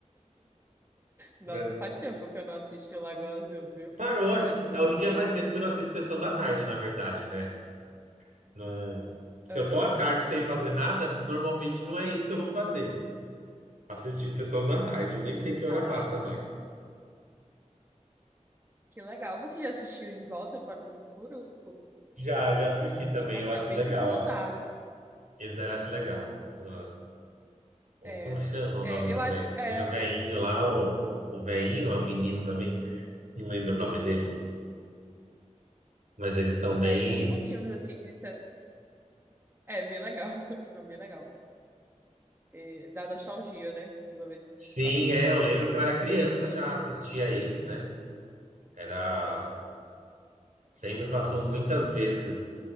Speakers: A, on the right (about 20°); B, on the right (about 85°).
A: Nossa,
B: né?
A: faz tempo que eu não assisto Lagoa Azul, viu?
B: Parou.
A: Faz muito
B: É, Hoje em dia
A: tempo.
B: faz tempo que eu não assisto Sessão da Tarde, na verdade, né? Não... Se
A: Ah,
B: eu tô à tarde sem fazer nada, normalmente não é isso que eu vou fazer. Assistir sessão da tarde, eu nem sei que hora
A: ah,
B: passa mais.
A: que legal. Você já assistiu De Volta para o Futuro?
B: Já, já assisti
A: Acho
B: também,
A: bacana.
B: eu acho
A: É bem
B: legal.
A: Sessão da
B: ah,
A: Tarde.
B: Esse daí eu acho legal. Ah, o-
A: É,
B: como chama o
A: é,
B: nome do
A: eu acho.
B: velho?
A: É,
B: Tem o velhinho lá, o, o velhinho, é o menino também. Não lembro o nome deles, mas eles são bem.
A: é, tem uns filmes assim de se- É bem legal. <laughs> Foi bem legal. É, dá nostalgia, né? Toda vez que
B: Sim,
A: assiste
B: é, eu
A: assim.
B: lembro que eu era criança, já assistia a eles, né? Era. Sempre passou muitas vezes